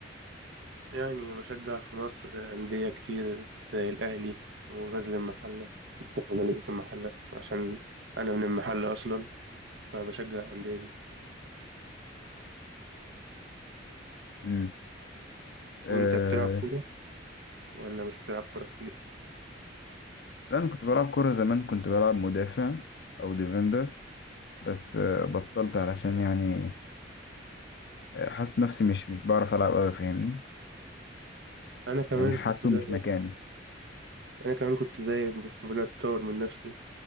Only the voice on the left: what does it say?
مم. آه
لا انا كنت بلعب كورة زمان كنت بلعب مدافع او ديفندر بس آه بطلت علشان يعني آه، حاسس نفسي مش مش بعرف العب أوي فاهمني؟
يعني حاسه
مش مكاني